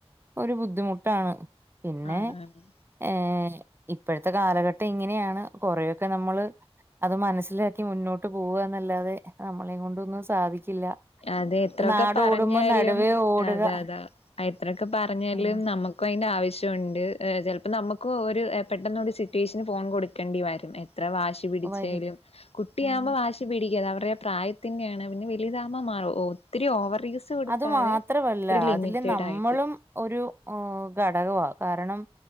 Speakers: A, on the right (about 20°); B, on the left (about 70°).
A: ഒരു ബുദ്ധിമുട്ടാണ് പിന്നെ.
B: ആണ് ആണ്
A: ഏഹ് ഇപ്പഴത്തെ കാലഘട്ടം ഇങ്ങനെയാണ് കുറെയൊക്കെ നമ്മള്. അത് മനസ്സിലാക്കി മുന്നോട്ട് പോവുക എന്നല്ലാതെ നമ്മളെ കൊണ്ടൊന്നും സാധിക്കില്ല.
B: അതെ എത്രയൊക്കെ
A: നാട്
B: പറഞ്ഞാലും
A: ഓടുമ്പോ നടുവേ ഓടുക
B: അതെ അതെ ആ എത്രയൊക്കെ പറഞ്ഞാലും.
A: ഉം
B: നമ്മക്കും അതിന്റെ ആവശ്യമുണ്ട് ഏ ചെൽപ്പൊ നമുക്കും ഒരു എ പെട്ടെന്നൊരു സിറ്റുവേഷന് ഫോൺ കൊടുക്കണ്ടി വരില്ലേ. ത്ര വാശി പിടിച്ചായാലും
A: വരും
B: കുട്ടിയാവുമ്പൊ
A: ഉം
B: വാശി പിടിക്കും അതവരുടെ പ്രായത്തിന്റെയാണ് പിന്നെ വലുതാ മമാ ഒ ഒത്തിരി ഓവർ യൂസ് കൊടുക്കാതെ
A: അത് മാത്രമല്ല
B: ഒരു ലിമിറ്റഡ്
A: അതില് നമ്മളും
B: ആയിട്ട്.
A: ഒരു ഘടകവാ കാരണം